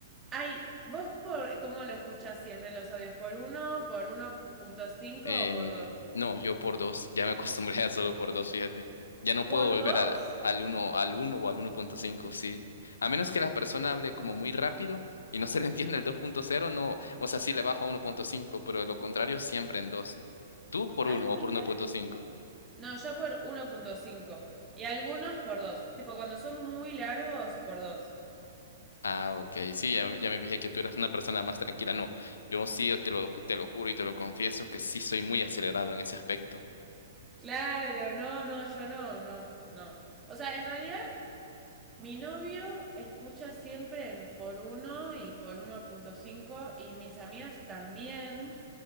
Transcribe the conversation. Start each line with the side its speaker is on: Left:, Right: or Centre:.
Right: Ay, ¿vos por cómo lo escuchas siempre los audios? ¿Por uno, por uno punto cinco
Left: Eh,
Right: o por dos.
Left: no, yo por dos, ya me acostumbré a solo por dos, fíjate. Ya no puedo
Right: ¿Por
Left: volver
Right: dos,
Left: al, al uno, al uno o al uno punto cinco. sí. A menos que la persona hable como muy rápido y no se le entienda el dos punto cero, no, o sea, sí le bajo a uno punto cinco, pero de lo contrario siempre en dos. Tú por
Right: Ay,
Left: uno o
Right: mira.
Left: por uno punto cinco.
Right: No, yo por uno punto cinco Y algunos por dos, Tipo, cuando son muy largos, por dos.
Left: Ah, ok, sí, ya, me- ya me fijé que tú eras una persona más tranquila. No, yo sí, te lo, te lo juro y te lo confieso que sí soy muy acelerado en ese aspecto.
Right: Claro, no, no, yo no, no, no. O sea, en realidad, mi novio escucha siempre en por uno y por uno punto cinco y mis amigas también.